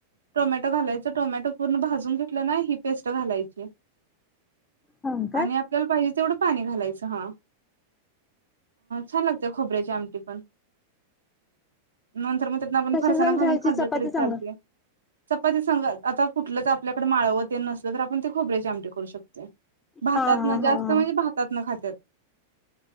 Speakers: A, on the right (about 80°); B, on the left (about 20°).
A: टोमॅटो घालायच टोमॅटो पूर्ण भाजून घेतलं ना ही पेस्ट घालायची
B: हा का
A: आणि आपल्याला पाहिजे तेवढं पाणी घालायचं हा छान लागत खोबऱ्याच्या आमच्या ती पण नंतर मग त्यात आपण
B: कशा
A: फरसाना
B: संग
A: घालून
B: खायची
A: खाल्लं
B: चपाती
A: तरी
B: संग
A: चालते चपातीसंग ते सांगत आता कुठलंच आपल्याकडे माळवतते नसत नायंतर आपण खोबऱ्याची आमटी करू शकतोय भातातनं
B: हा हा हा
A: जास्त
B: हा
A: म्हणजे भात न खात तत.